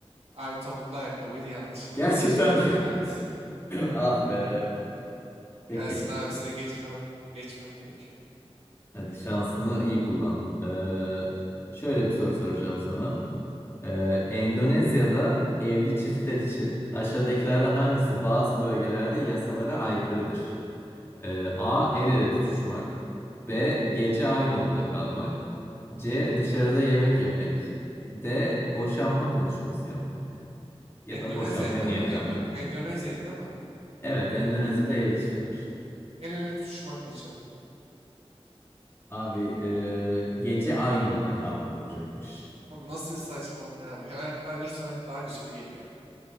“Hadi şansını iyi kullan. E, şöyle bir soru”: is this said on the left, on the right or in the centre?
Left